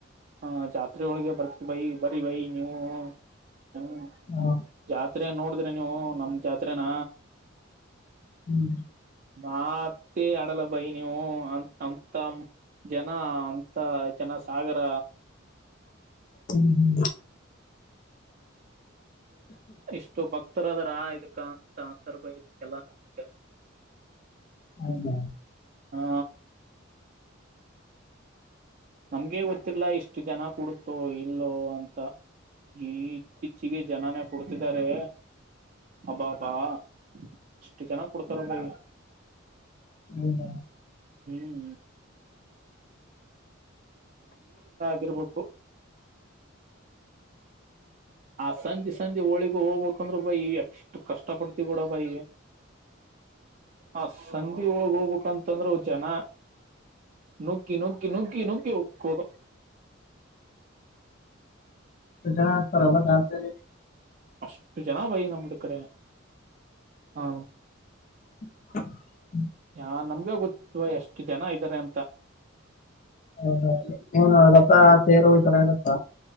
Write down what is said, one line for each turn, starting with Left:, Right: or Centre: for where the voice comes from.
Right: ಹ ಜಾತ್ರೆ ಒಳಗೆ ಬರ್ತೀವಿ ಬೈ ಬರ ಬೈ ನೀವು ಜಾತ್
Left: ಹಾ,
Right: ಜಾತ್ರೆ ನೋಡಿದ್ರಿ ನೀವು ನಮ ಜಾತ್ರೇನ
Left: ಹ್ಮ್
Right: ಮಾತ್ತ ಅಡಲ ಬೈನವು ಅ ಅಂತ ಜನ ಅಂತ ಜನ ಸಾಗರ
Left: ಹ್ಮ್ ಹ್ಮ
Right: ಇಷ್ಟು ಬಕ್ ತ್ತರ ಅದಾರಾ ಇದಕ್ಕ ಅಂತ ಅಂತರ್ಭ ಇದಕ್ಕೆಲ್ಲಾ ನಮ್ದಕ
Left: ಹೌದಾ
Right: ಹಾ ನಮ್ಗೆ ಗೊತ್ತಿಲ್ಲ ಇಷ್ಟು ಜನ ಕುೂಡತೋ ಇಲ್ಲೋ ಅಂತ ಈತ್ತೀಚೆಗೆ ಜನನೇ ಕೊಡ್ತಿದಿದ್ದಾರೆ ಹಬ್ಬಾ ಹಬ್ಬಾ ಅಷ್ಟು ಜನ ಕೊಡ್ತಾರ ಭೈ
Left: ಹೌದ
Right: ಹ್ಮ್ ತಿರುರುವಪ್ಪು ಆ ಸಂದಿಸಂದಿ ಹೋಳಿಗ ಹೋಗ್ಬೇಕಂದ್ರರು ಬೈ ಎಷ್ಟು ಕಷ್ಟ ಪಡ್ತಿವಿ ಕೂಡ ಬೈ ಹ ಸಂದಿ ಒಳಗ ಹೋಗ್ಬೇಕಂತಂದ್ರೆ ಜನ ನುಕ್ಕಿ ನುಕ್ಕಿ ನುಕ್ಕಿ ನುಕಿ ಕದು
Left: ಜನ ಆತರ ಅಲ್ಲ
Right: ಅಷ್ಟು ಜನ ವೈ ನಮ್ದ ಕಡೆ ಹಾ
Left: ಹ
Right: ಯಾ ನಮ್ಗ ಗೊತ್ತಲ್ವಾ ಎಷ್ಟು ಜನ ಇದ್ದಾರೆ ಅಂತ
Left: ಹೌದ ಏನು ರಸ ತೇರು ಈ ತರ ಇರುತ್ತ